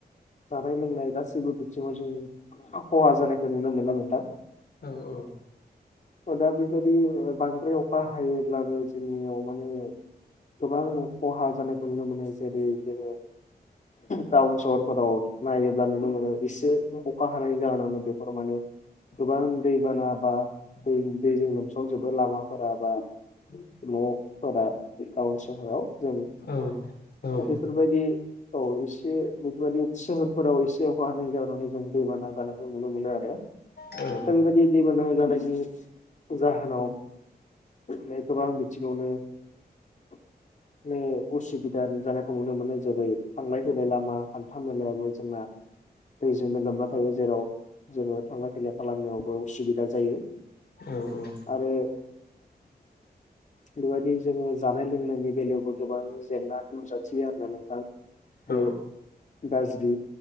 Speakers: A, on the left; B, on the left.
A: जानाय लोंनाय गासैबो बिथिङाव जों खहा जानायखौ नुनो मोननो नोंथां
B: औ औ
A: दा बेबायादि बांद्राय अखा हायोब्लाबो जोंनियाव माने गोबां खहा जानायखौ नुनो मोनो जेरै जोङो टाउन सहरफोराव नायोब्ला नुनो मोनो एसे अखा हानाय जाहोन बेफोराव माने गोबां दै बाना बा दै दैजों लोमसावजोबो लामाफोराबा न'फोरा गावनि सहराव जों दा
B: औ औ
A: बेफोरबायदि औ एसे बबेबानि सोहोरफोराव एसे अखा हानाय जाहोनाव जों दैबाना जानायखौ नुनो मोनो आरो
B: औ
A: दा बेबायदि दैबाना जानायनि जाहोनाव माने गोबां बिथिङावनो माने उसुबिदा नुजानायखौ नुनो मोननाय जाबाय थांलाय फैलाय लामा हान्था मेलायावबो जोंना दैजोंनो लोमना थायो जेराव जोङो थांलाय फैलाय खालामनायावबो उसुबिदा जायो
B: औ औ
A: आरो बेफोरबायदि जोङो जानाय लोंनायनि बेलायावबो गोबां जेंना नुजाथियो आरो ना नोंथां
B: औ
A: बे गाज्रि